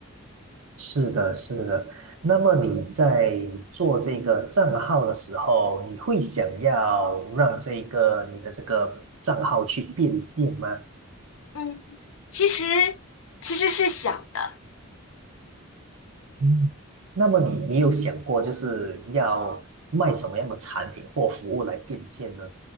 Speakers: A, on the right; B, on the left.
A: 是的，是的。那么你在做这个账号的时候，你会想要让这个你的这个账号去变现吗？
B: 嗯。其实其实是想的，
A: 嗯那么你你有想过就是要卖什么样的产品或服务来变现呢？